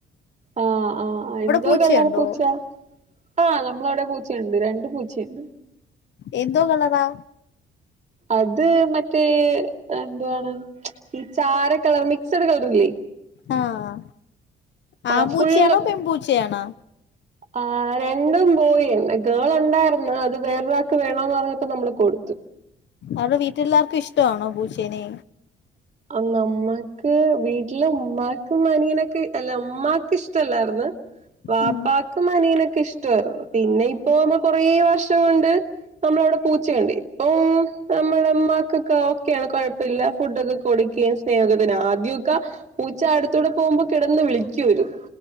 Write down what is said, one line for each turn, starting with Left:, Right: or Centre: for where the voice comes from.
Right: ആഹ് ആഹ് ആ എന്തോ
Left: പൂച്ചയുണ്ടോ
Right: കളർ പൂച്ച ആഹനമ്മള അവിടെ പൂച്ചയുണ്ട് രണ്ട് പൂച്ചയുണ്ട്
Left: എന്തോ കളറാ
Right: അത് മറ്റേ എന്താ ണ് ഈ ചാര കളർ മിക്സഡ് കളർല്ലേ
Left: ആഹ് ആമ്പൂപൂച്ചയാണോ
Right: ആഹ് ഫുൾ
Left: പെൺ പു ച്ചയാണോ
Right: ആ രണ്ടുംബോയ് തന്നെ ഗേൾ ഉണ്ടായിരുന്നു അത് വേറൊരാൾക്ക് വേണന്ന് പറഞ്ഞപ്പോ നമ്മള് കൊടുത്തു
Left: അത് വീട്ടിലെല്ലാർക്കും ഇഷ്ടണോ പൂച്ചേനെ
Right: അന്ന് അമ്മക്ക് വീട്ടിൽ ഉമ്മാക്ക്അനിയൻനൊക്കെ അല്ല ഉമ്മാക്ക് ഇഷ്ടമല്ലായിരുന്ന് വാ
Left: ഉം
Right: പ്പകും അനീയനൊക്കെ ഇഷ്ടമായിരുന്നു പിന്നെ ഇപ്പോ നമ്മ കൊറേ വർഷം കൊണ്ട് നമ്മളവിടെ പൂച്ചണ്ട് പ്പ നമ്മുടെ മ്മക്കൊക്കെ ഓക്കെയാണ് കുഴപ്പല്ല ഫുഡൊക്കെ കൊടുക്കുകയും സ്നേഹത്തിന് ആദ്യക്കെ പൂച്ച അടുത്തൂടെ പോകുമ്പോ കിടന്ന് വിളിക്ക രുന്നു